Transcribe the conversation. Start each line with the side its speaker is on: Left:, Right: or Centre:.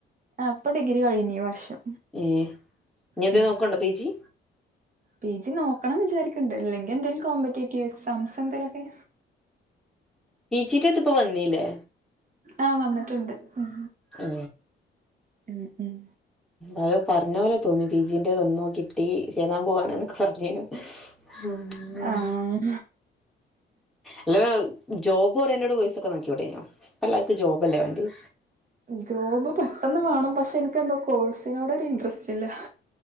Right: ആ അപ്പൊ ഡിഗ്രി കഴിഞ്ഞു ഈ വർഷം
Centre: ഇനി എന്തേ
Right: ഉം
Centre: നോക്കണ്ടോ പി ജി
Right: പി ജി നോക്കണം വിചാരിക്ക്ണ്ട് ഇല്ലെങ്കിൽ എന്തേലും കോമ്പറ്റേറ്റീവ് എക്സാംസ് എന്തേലുമൊക്കെ
Centre: പി ജി റ്റത്ത്പ്പോ വന്നീല്ലേ
Right: ആഹ് വന്നിട്ടുണ്ട് ഉം
Centre: ഏ
Right: ഉം ഉം
Centre: ആരോ പറഞ്ഞ പോലെ തോന്നി പി ജിന്റെ വന്നു നോക്കി പിജി ചേരാൻ പോവാണ്ന്നോക്കെ പറഞ്ഞേനു ഉം
Right: ആഹ്
Centre: അല്ല ജോബ്ഓറിയന്റേഡ് കോഴ്‌സ് ഒക്കെ നോക്കികൂടെനിയോ ഇപ്പല്ലാർക്കും ജോബല്ലേ വേണ്ടിയെ
Right: ജോബ് പെട്ടെന്ന് വേണം പക്ഷെ എനിക്ക് എന്തോ കോഴ്സിനോടൊ ഒരു ഇൻട്രസ്റ്റ് ഇല്ല